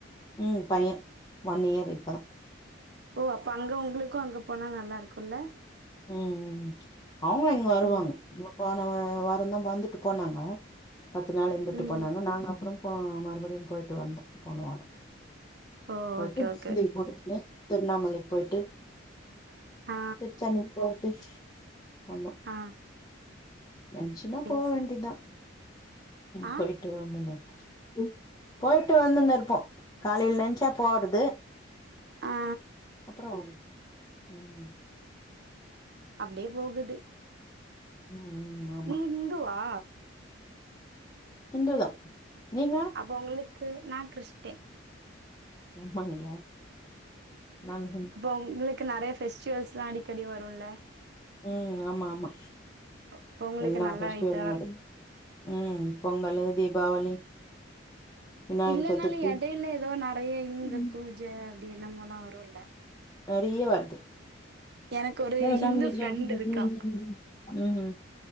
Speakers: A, on the left; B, on the right.
A: ம் பைய ஒன் இயர் இப்ப
B: ஓ அப்ப அங்க உங்களுக்கு அங்க போனா நல்லாருக்குல்ல
A: ம் ம் அவுங்க இங்க வருவாங்க
B: ம்
A: இப்ப போன வாரந்தா வந்துட்டு போனாங்க பத்து நாள் இருந்துட்டு
B: ம்
A: போனாங்க நாங்க அப்றோ போ மறுபடி போய்ட்டு வந்தோ போன வாரோ
B: ஓ
A: போய்ட்டு
B: ஓகே
A: <unintelligible> போட்டுக்னு
B: ஓகே ஓகே.
A: போன உனே திருண்ணாமலைக் போய்ட்டு
B: ஆ
A: சென்னைக் போய்ட்டு வந்தோ
B: ஆ
A: நென்ச்சுன்னா
B: சேர்
A: போ
B: சே
A: வேண்டிதா
B: ஆ
A: போய்ட்டு வந்தோனே இப்போ இப் போய்ட்டு வந்துனுருப்போ காலைல நென்ச்சா போறது
B: ஆ
A: அப்றோ ம்
B: அப்டியே போகுது
A: ம் ம் ஆமா
B: நீ இந்துவா
A: ஹிந்துதா நீங்க
B: அப்ப உங்களுக்கு நா கிறிஸ்டின்
A: ஆமாங்க நாங்க ஹிந்து.
B: அப்போ உங்களுக்கு நெறைய ஃபெஸ்டிவல்ஸ்லா அடிக்கடி வருல்ல
A: ம் ஆமா ஆமா
B: அப்போ உங்களுக்கு
A: எல்லா
B: நல்லா
A: ஃபெஸ்டிவலு
B: இதா
A: வருது
B: இருக்கும்.
A: ம் பொங்கலு, தீபாவளி விநாயக
B: இல்லனாலு
A: சதுர்த்தி
B: எடைல எதோ நெறைய இந்த
A: ம்
B: பூஜ அப்டி என்னமோல்லா வருல்ல
A: நறைய வர்து
B: எனக்கு ஒரு
A: இத விட்டா
B: ஹிந்து
A: இங்க
B: ஃப்ரெண்ட்
A: ஜாபு கெடையாது
B: இருக்கா
A: ஒன்னு கெடையாது ம்ம்